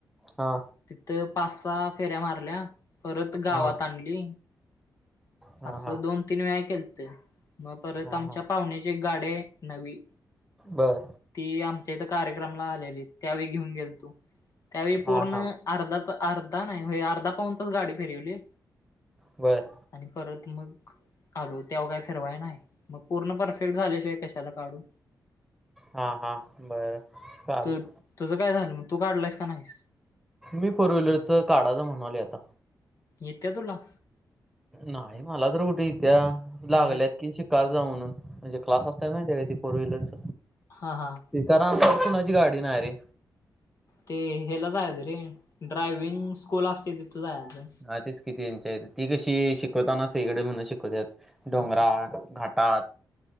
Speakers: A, in the centre; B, on the left.
A: हा.
B: तिथं पाच सहा फेऱ्या मारल्या. परत गावात
A: हा
B: आणली,
A: हा
B: असं
A: हा
B: दोन तीन वेळा केलंत. मग परत
A: हा
B: आमच्या
A: हा
B: पाहुण्यांची एक गाडी आहे नवी.
A: बर
B: ती आमच्या इथं कार्यक्रमला आलेली त्यावेळी घेऊन गेलतो. त्यावेळी पूर्ण
A: हा हा
B: अर्धाच अर्धा नाही होय अर्धा पाऊण तास गाडी फिरवली.
A: बरं.
B: आणि परत मग <unintelligible> त्यावर काय फिरवाय नाही. मग पूर्ण परफेक्ट झाल्याशिवाय कशाला काढू.
A: हा हा बरं चालतय.
B: तू तुझं काय झालं मग तू काढलायस काय नाहीस?
A: मी फोर व्हीलरच काढावं म्हणलोय आता.
B: येत्या तुला?
A: नाही मला तर कुठं येत्या लागल्यात
B: मग
A: की शिक का जा म्हणून म्हणजे क्लास असतात माहिती आहे काय ते फोर व्हीलरच.
B: हा हा.
A: इथं <unintelligible> कुणाची गाडी नाही रे.
B: ते हेला जायच रे ड्रायविंग स्कूल असते तिथं जायचं.
A: ह तेच किती त्यांच्या हेत ती कशी शिकवताना सईकडे म्हणून शिकवतात. डोंगराळ,
B: हां
A: घाटात